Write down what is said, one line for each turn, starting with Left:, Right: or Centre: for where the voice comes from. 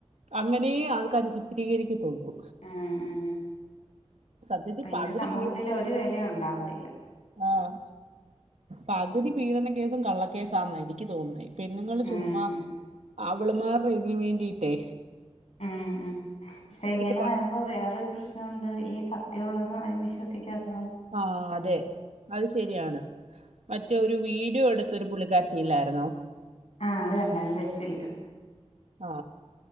Right: അങ്ങനേ ആൾക്കാര് ചിത്രീകരിക്കത്തുള്ളൂ
Left: ഉം ഉം
Right: സത്യത്തിൽ
Left: പിന്നെ
Right: പകുതി
Left: സമൂഹത്തില്
Right: പീഡ
Left: ഒരു വിലയുണ്ടാവത്തില്ല
Right: ആഹ് പകുതി പീഡന കേസും കള്ളക്കേസാന്ന എനിക്ക് തോന്നെ പെണ്ണുങ്ങള്
Left: ഉം
Right: ചുമ്മാ അവള് മാർടെ ഇതിന് വേണ്ടിട്ടേ
Left: ഉം ഉം പക്ഷെ ഇങ്ങനെ
Right: പ
Left: വരമ്പോ വേറൊരു പ്രശ്നഉണ്ട് ഈ സത്യ ഉള്ള <unintelligible> വിശ്വസിക്കാത്ത
Right: ആ അതെ അത് ശരിയാണ് മറ്റേ ഒരു വീഡിയോ എടുത്ത ഒരു പുള്ളിക്കാ ഇല്ലായിരുന്നോ?
Left: ആ അത് കണ്ടാര്ന്ന് ബെസ്സില്
Right: ആ